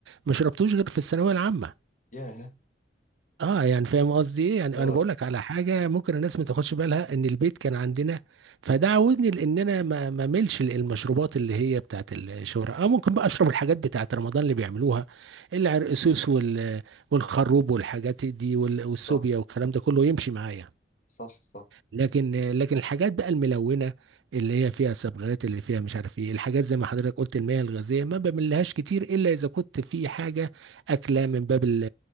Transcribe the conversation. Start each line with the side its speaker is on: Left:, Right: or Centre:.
Right: ما شربتوش غير في الثانويه العامه
Left: ياه
Right: اه يعني فاهم قصدي ايه يعني
Left: آه
Right: انا بقول لك على حاجه ممكن الناس ما تاخدش بالها ان البيت كان عندنا فده عودني لان انا ما ما ملش المشروبات اللي هي بتاعت الشهرة اه ممكن بقى اشرب الحاجات بتاعت رمضان اللي بيعملوها العرقسوس وال والخروب والحاجات دي وال- والسوبيا
Left: صح
Right: والكلام ده كله يمشي معايا
Left: صح صح
Right: لكن لكن الحاجات بقى الملونه اللي هي فيها صبغات اللي فيها مش عارف ايه الحاجات زي ما حضرتك قلت المياه الغازيه ما بملهاش كتير الا اذا كنت في حاجه اكله من باب ال-